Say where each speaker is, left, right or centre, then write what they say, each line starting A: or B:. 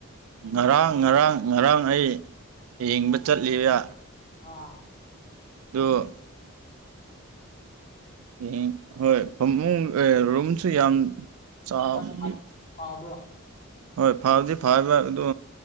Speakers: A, on the right; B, on the left.
A: ꯉꯔꯥꯡ ꯉꯔꯥꯡ ꯉꯔꯥꯡ ꯑꯩ ꯌꯦꯡꯕ ꯆꯠꯂꯦ ꯕ꯫
B: ꯑꯥ
A: ꯗꯣ <unintelligible> ꯍꯣꯏ ꯐꯃꯨꯡ ꯑꯦ ꯔꯨꯝꯁꯨ ꯌꯥꯝ ꯆꯥꯎꯕꯗꯤ
B: ꯐ ꯐꯕ ꯐꯥꯕ꯭ꯔꯥ꯫
A: ꯍꯣꯏ ꯐꯕꯗꯤ ꯐꯔꯤꯕ ꯑꯗꯣ